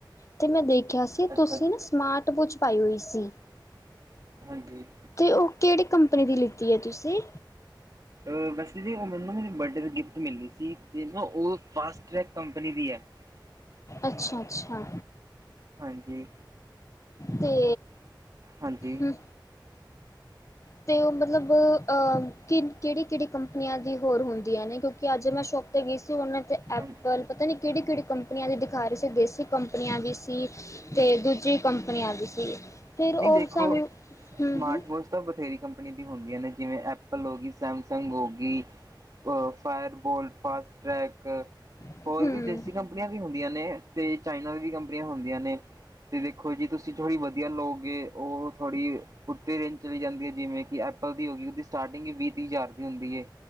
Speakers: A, on the left (about 40°); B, on the right (about 50°).
A: ਤੇ ਮੈ ਦੇਖ ਕਿਹਾ ਸੀ
B: ਅੱਛਾ
A: ਤੁਸੀ
B: ਜੀ
A: ਨਾ ਸਮਾਰਟ ਵਾਚ ਪਾਈ ਹੋਈ ਸੀ।
B: ਹਾਂਜੀ
A: ਅਤੇ ਉਹ ਕਿਹੜੀ ਕੰਪਨੀ ਦੀ ਲਿਤੀ ਹੈ। ਤੁਸੀ
B: ਅ ਵੈਸੇ ਜੀ ਉਹ ਮੈਨੂੰ ਨਾ ਮੇਰੀ ਬਰਡੇ ਦੀ ਗਿਫਟ ਮਿਲਦੀ ਸੀ ਤੇ ਨਾ ਉਹ ਫਾਸਟ ਟ੍ਰੈਕ ਕੰਪਨੀ ਦੀ ਹੈ। <unintelligible>
A: ਅੱਛਾ ਅੱਛਾ
B: ਹਾਂਜੀ
A: ਤੇ
B: ਹਾਂਜੀ
A: ਹ ਤੇ ਉਹ ਮਤਲਬ ਕਿ ਕਿਹੜੀ ਕਿਹੜੀ ਕੰਪਨੀਆਂ ਦੀ ਹੋਰ ਹੁੰਦੀਆਂ ਨੇ ਕਿਉਂਕਿ ਅਜ ਮੈਂ ਸ਼ੋਪ 'ਤੇ ਗਈ ਸੀ ਉਹਨਾਂ ਤੇ ਐਪਲ
B: ਹਾਂ
A: ਪਤਾ ਨੀ ਕਿਹੜੀ ਕਿਹੜੀ ਕੰਪਨੀਆਂ ਦੀ ਦਿਖਾ ਰਹੀ ਸੀ ਦੇਸੀ ਕੰਪਨੀਆਂ ਵੀ ਅਤੇ ਦੂਜੀ- ਹੈਗੀ ਸੀ- ਫਿਰ
B: ਨਹੀ
A: ਉਹ
B: ਦੇਖੋ
A: ਸਾਨੂੰ ਹੂੰ-ਹੂੰ
B: ਸਮਾਰਟ ਵੋਚ ਤਾਂ ਬਥੇਰੀ ਕੰਪਨੀ ਦੀ ਹੁੰਦੀਆਂ ਨੇ ਜਿਵੇਂ ਐਪਲ ਹੋ ਗਈ ਸੈਮਸੰਗ ਹੋ ਗਈ ਅ ਫਾਇਰ ਬੋਲਟ ਫਾਸਟ ਟ੍ਰੈਕ
A: ਹੂੰ-ਹੂੰ
B: ਹੋਰ ਵੀ ਦੇਸੀ ਕੰਪਨੀਆਂ ਵੀ ਹੁੰਦੀਆਂ ਨੇ ਤੇ ਚਾਈਨਾ ਦੀ ਵੀ ਕੰਪਨੀਆਂ ਹੁੰਦੀਆਂ ਨੇ ਤੇ ਦੇਖੋ ਜੀ ਤੁਸੀਂ ਥੋੜ੍ਹੀ ਵਧੀਆ ਲੋਕ ਉਹ ਥੋੜ੍ਹੀ- ਉਤੇ ਰੇਂਜ ਚਲੀ ਜਾਂਦੀ ਹੈ। ਜਿਵੇਂ ਕਿ ਐਪਲ ਦੀ ਹੋ ਗਈ ਉਹਦੀ ਸਟਾਰਟਿੰਗ ਵੀਹ ਤੀਹ ਹਜ਼ਾਰ ਦੀ ਹੁੰਦੀ ਹੈ।